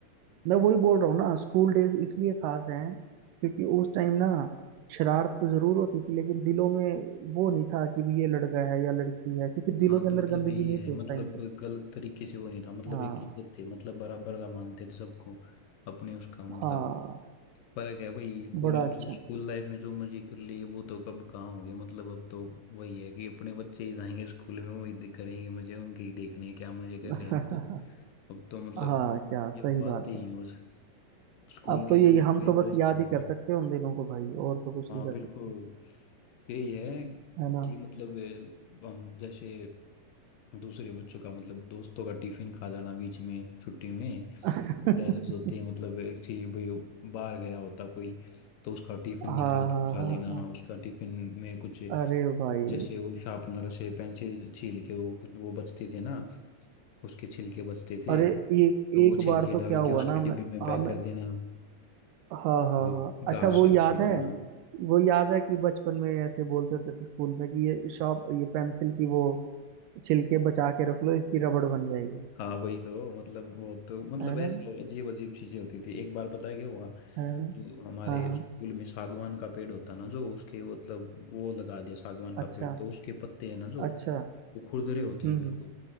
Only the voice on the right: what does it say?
मैं वही बोल रहा हूँ ना स्कूल डेज इसलिए खास हैं क्योंकि उस टाइम ना शरारत तो जरूर होती थी लेकिन दिलों में वो नहीं था कि भी ये लड़का है या लड़की है क्योंकि
दिलों के
अंदर
गंदगी
नहीं
थी
उस टाइम पे
हाँ
हाँ
बड़ा अच्छा
<laughs>
हाँ क्या
सही
बात
है
अब
तो यही
हम
तो
बस याद
ही कर सकते हैं उन दिनों को भाई और तो कुछ
नहीं कर
सकते
है ना
<laughs>
हाँ
हाँ
हाँ
हाँ
अरे भाई
अरे एक
एक
बार तो
क्या
हुआ
ना
मैं
हाँ मैं
हाँ हाँ
हाँ अच्छा
वो
याद है
वो याद है कि बचपन में ऐसे बोलते होते थे स्कूल में कि ये शॉप ये पेंसिल की वो छिलके बचा के रख लो इसकी रबड़ बन जाएगी
है
ना
है ना
हाँ हाँ
अच्छा
अच्छा
हम्म
हम्म